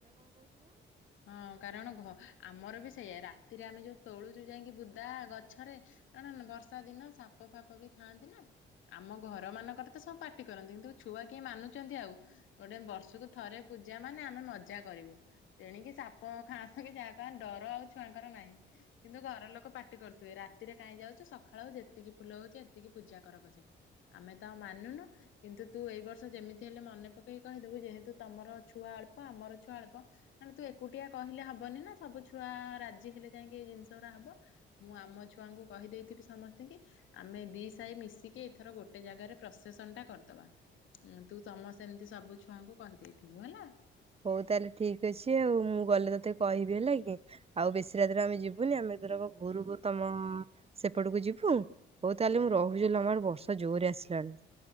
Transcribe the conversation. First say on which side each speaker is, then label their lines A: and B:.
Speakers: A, on the left; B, on the right.
A: ହଁ କାରଣ ଘ ଆମର ବି ସେଇଆ ରା ରାତିରେ ଆମେ ଯୋଉ ତୋଳୁଛୁ ଯାଇକି ବୁଦା ଗଛରେ କାଣାନ ବର୍ଷା ଦିନ ସାପ ଫାପ ବି ଥାଆନ୍ତି ନା ଆମ ଘର ମାନଙ୍କରେ ତ ସବୁ ପାଟି କରନ୍ତି କିନ୍ତୁ ଛୁଆ କିଏ ମାନୁଚନ୍ତି ଆଉ ଗୋଟେ ବର୍ଷକୁ ଥରେ। ପୂଜା ମାନେ ଆମେ ମଜା କରିବୁ ତେଣିକି ସାପ ଖାଆନ୍ତୁ କି ଯାହା ଖାନ୍ତୁ ଡର ଆଉ ଛୁଆଙ୍କର ନାହିଁ କିନ୍ତୁ ଘର ଲୋକ ପାଟି କରୁଥିବେ ରାତିରେ କାହିଁ ଯାଉଛୁ ସକାଳ ଯେତିକି ଫୁଲ ହଉଚି ଏତିକି ପୂଜା କର ପଛେ ଆମେ ତ ଆଉ ମାନୁନୁ କିନ୍ତୁ ତୁ ଏଇ ବର୍ଷ ଯେମିତି ହେଲେ ମନେ ପକେଇକି କହିଦେବୁ ଯେହେତୁ ତମର। ଛୁଆ ଅଳ୍ପ ଆମର ଛୁଆ ଅଳ୍ପ ନନେ ତୁ ଏକୁଟିଆ କହିଲେ ହବନି ନା ସବୁ ଛୁଆ ରାଜି ହେଲେ ଯାଇକି ଏଇ ଜିନିଷ ଗୁରା ହବ ମୁଁ ଆମ ଛୁଆଙ୍କୁ କହିଦେଇଥିବି ସମସ୍ତିଙ୍କି ଆମେ ଦି ସାହି ମିଶିକି ଏଥର ଗୋଟେ ଜାଗାରେ ପ୍ରସେସନ ଟା କରଦବା ଉ ତୁ ସମସ ଏମିତି ସବୁ ଛୁଆଙ୍କୁ କହିଦେଇଥି ବୁ ହେଲା।
B: ହଉ ତାହେଲେ ଠିକ ଅଛି ଆଉ ମୁଁ ଗଲେ ତତେ କହିବି ହେଲା କି ଆଉ ବେଶୀ ରାତିରେ ଆମେ ଯିବୁନି ଆମେ ଧରକ ଭୋରୁ ଭୋର ତମ ସେପଟକୁ ଯିବୁ ହଉ ତାହେଲେ ମୁଁ ରହୁଛି ଲୋ ଆମ ଆଡ ବର୍ଷ ଜୋରରେ ଆସିଲାଣି।